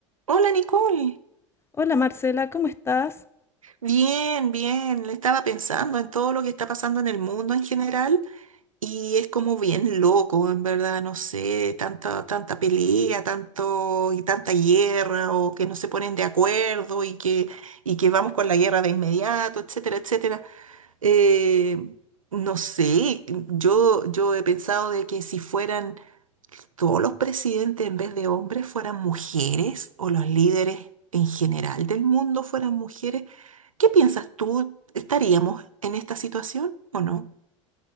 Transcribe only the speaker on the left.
Hola Marcela, ¿cómo estás?